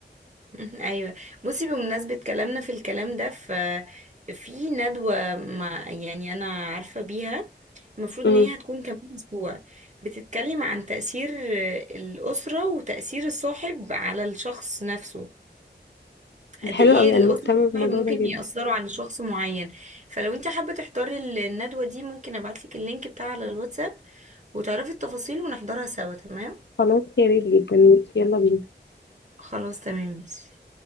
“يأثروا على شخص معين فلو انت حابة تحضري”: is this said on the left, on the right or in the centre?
Right